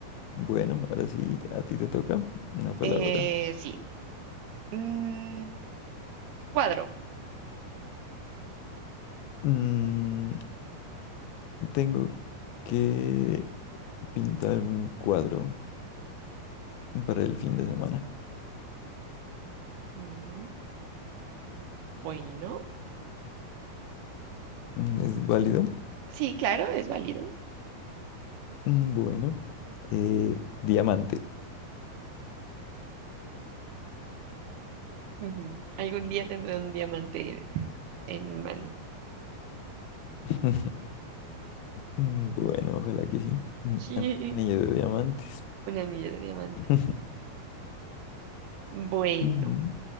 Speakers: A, on the left; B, on the right.
A: Bueno, ahora sí, a ti te toca una palabra.
B: Eh, sí. Mm, cuadro.
A: Mm, tengo que pintar un cuadro para el fin de semana.
B: Ujú, Bueno.
A: Mm, ¿Es válido?
B: Sí, claro, es válido.
A: Mm, Bueno, eh, diamante.
B: ujú. Algún día tendré un diamante en mi mano.
A: <laughs> Mm, Bueno, ojalá que sí. Un
B: Sí,
A: Anillo de diamantes.
B: un anillo de diamante.
A: <laughs>
B: Bueno,
A: Ujú.